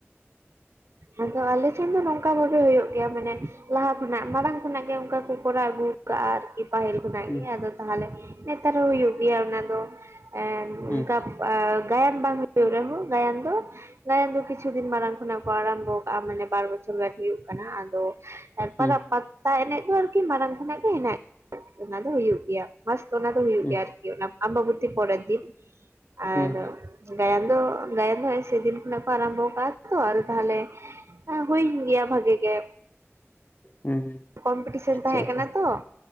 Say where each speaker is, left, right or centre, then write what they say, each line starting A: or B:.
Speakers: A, on the right; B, on the left.
A: ᱟᱫᱚ ᱟᱞᱮᱴᱷᱮᱱ ᱫᱚ ᱱᱚᱝᱠᱟ ᱵᱷᱟᱵᱮ ᱦᱩᱭᱩᱜᱳ ᱜᱮᱭᱟ ᱢᱟᱱᱮ ᱞᱟᱦᱟ ᱠᱷᱚᱱᱟᱜ ᱢᱟᱲᱟᱝ ᱠᱷᱚᱱᱟᱜ ᱜᱮ ᱚᱝᱠᱟ ᱠᱚ ᱠᱚᱨᱟᱣ ᱟᱹᱜᱩ ᱠᱟᱜ-ᱟ ᱟᱨᱠᱤ ᱯᱟᱹᱦᱤᱞ ᱠᱷᱚᱱᱟᱜ
B: ᱦᱩᱸ
A: ᱜᱮ ᱟᱫᱚ ᱛᱟᱦᱞᱮ ᱱᱮᱛᱟᱨ ᱦᱚᱸ ᱦᱩᱭᱩᱜ ᱜᱮᱭᱟ ᱚᱱᱟ ᱫᱚ᱾ ᱮᱱ
B: ᱦᱩᱸ
A: ᱚᱝᱠᱟ ᱟᱸᱻ ᱜᱟᱭᱟᱱ ᱵᱟᱝ ᱦᱩᱭᱩᱜ ᱨᱮᱦᱚᱸ ᱜᱟᱭᱟᱱ ᱫᱚ ᱜᱟᱭᱟᱱ ᱫᱤᱠ ᱠᱤᱪᱷᱩ ᱫᱤᱱ ᱢᱟᱲᱟᱝ ᱠᱷᱚᱱᱟᱜ ᱠᱚ ᱟᱨᱟᱢᱵᱷᱚ ᱠᱟᱜᱼᱟ ᱢᱟᱱᱮ ᱵᱟᱨ ᱵᱚᱪᱷᱚᱨ ᱜᱟᱱ ᱦᱩᱭᱩᱜ ᱠᱟᱱᱟ ᱟᱫᱚ ᱮᱨᱯᱚᱨ
B: ᱦᱩᱸ
A: ᱟᱛ ᱥᱟᱲᱯᱟ‌ ᱮᱱᱮᱡ ᱫᱚ ᱟᱨᱠᱤ ᱢᱟᱨᱟᱝ ᱠᱷᱚᱱᱟᱜ ᱜᱮ ᱦᱮᱱᱟᱜ ᱜᱮ ᱚᱱᱟ ᱫᱚ ᱦᱩᱭᱩᱜ ᱜᱮᱭᱟ᱾ ᱢᱟᱥ ᱚᱱᱟ ᱫᱚ ᱦᱩᱭᱩᱜ
B: ᱦᱩᱸ
A: ᱜᱮᱭᱟ ᱟᱨᱠᱤ ᱚᱱᱟ ᱟᱢᱵᱟᱵᱚᱛᱤ ᱯᱚᱨᱮᱨ ᱫᱤᱱ᱾ ᱟᱨ
B: ᱦᱩᱸ ᱦᱩᱸ
A: ᱜᱟᱭᱟᱱ ᱫᱚ, ᱜᱟᱭᱟᱱ ᱫᱚ ᱥᱮᱫᱤᱱ ᱦᱮᱸᱜ-ᱮ ᱠᱷᱚᱱᱟᱜ ᱠᱚ ᱟᱨᱟᱢᱵᱚ ᱟᱠᱟᱜ-ᱟ ᱛᱚ ᱛᱟᱦᱞᱮ ᱦᱩᱭᱮᱱ ᱜᱮᱭᱟ ᱵᱷᱟᱜᱤ ᱜᱮ᱾
B: ᱦᱩᱸ ᱦᱩᱸ
A: ᱠᱚᱢᱯᱤᱴᱤᱥᱮᱱ
B: ᱟᱪᱪᱷᱟ
A: ᱛᱟᱦᱮᱸ
B: ᱟᱪᱪᱷᱟ
A: ᱠᱟᱱᱟ ᱛᱚ